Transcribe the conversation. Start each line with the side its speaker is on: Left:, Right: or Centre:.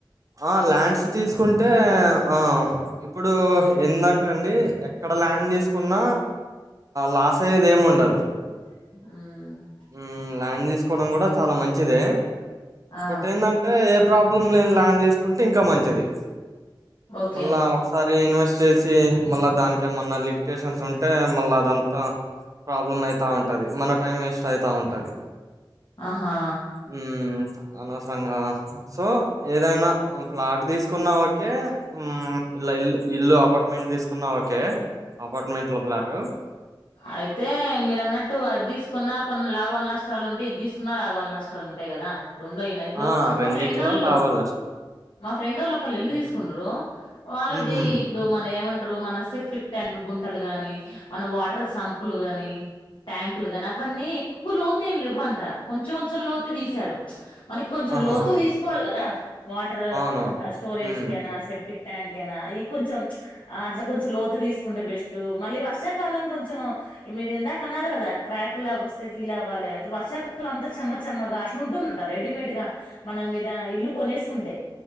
Right: ఆ ల్యాండ్స్ తీసుకుంటే ఆ ఇప్పుడు ఏందంటే అండి ఎక్కడ ల్యాండ్ తీసుకున్నా లాస్ అయ్యేది ఏమి ఉండదు
Left: ఉమ్
Right: ఉమ్, ల్యాండ్ తీసుకోవడం కూడా చాలా మంచిదే
Left: ఆ
Right: ఒకంటి ఏంటంటే ఏ ప్రాబ్లం లేని ల్యాండ్ తీసుకుంటే ఇంకా మంచిది
Left: ఓకే
Right: మళ్ళా ఒకసారి ఇన్వెస్ట్ చేసి మళ్ళా దానికి ఏమన్నా లిటికేషన్స్ ఉంటే మళ్ళ అదంతా ప్రాబ్లమ్ అవుతామంటే అది మన టైం వే అవుతా ఉంటది
Left: ఆహా
Right: హ్మ్మ్ అనవసరంగా సో ఏదైనా ప్లాట్ తీసుకున్నా ఓకే ఇల్లా ఇల్ ఇల్లు అపార్ట్మెంట్ తీసుకున్నా ఓకే అపార్ట్మెంట్ లో ఫ్లాట్
Left: అయితే మీరు అన్నట్టు అది తీసుకున్న కొన్ని లాభాలు నష్టాలు ఉంటాయి ఇది తీసుకున్న లాభాలు నష్టాలు ఉంటాయి కదా రెండోయినా ఇప్పుడు
Right: ఆ రెండిట్లో
Left: మా ఫ్రెండ్ వాళ్ళు
Right: లాభాలు నష్టాలు
Left: మా ఫ్రెండ్ వాళ్ళు ఒక నిలు తీసుకున్నారు వాళ్ళది
Right: ఉహూ
Left: ఇప్పుడు మన ఏమంటే మన సెప్టిప్ ట్యాంక్ గుంటలు గాని మన వా టర్ సంపులు గాని ట్యాంకు లు గానీ అవ్వన్నీ ఎక్కువ లోతేమి లెవ్వంట కొంచెం కొంచెం లోతే దీసారు మనకి కొంచెం
Right: ఆహా
Left: లోతు దీసుకోవాలి కదా వాటర్
Right: అవునవును
Left: స్టోరేజ్
Right: హ్మ్
Left: కైనా సెప్టిక్ ట్యాంక్ అయినా ఇ కొంచెం అట్లా కొంచెం లోతు తీసుకుంటే బెస్ట్ మళ్ళీ వర్షాకాలం కొ కొంచెం మీరు ఇందాక అన్నారు గదా క్రాకు లాగా వస్తే ఫీల్ అవ్వాలి అని వర్షాకాలం అంతా చెమ్మ చెమ్మగా అట్లా ఉంటుందంట రెడీమేడ్ గా మనం మీద ఇల్లు కొనేసుకుంటే